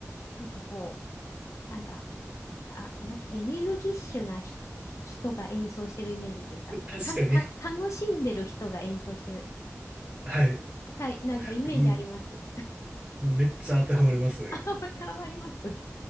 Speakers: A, on the left; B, on the right.
A: なんかこう、なんかあ、なんかエネルギッシュなひ人が演奏してるイメージっていうか、こうた、
B: 確かに。
A: た、楽しんでる人が演奏してる。
B: はい。
A: はい、なんかイメージあります。
B: うん。めっちゃ当てはまりますね。
A: あ、<laughs> これはあります。